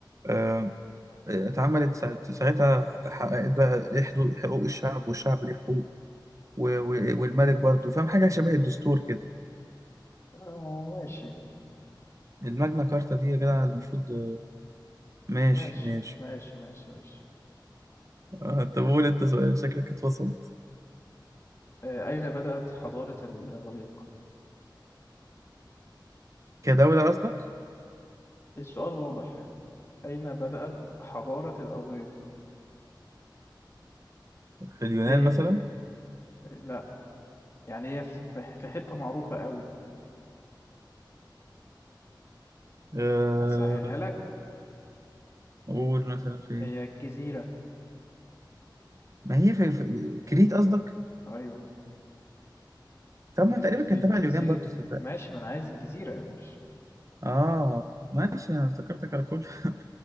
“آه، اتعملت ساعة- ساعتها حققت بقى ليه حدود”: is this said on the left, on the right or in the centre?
Right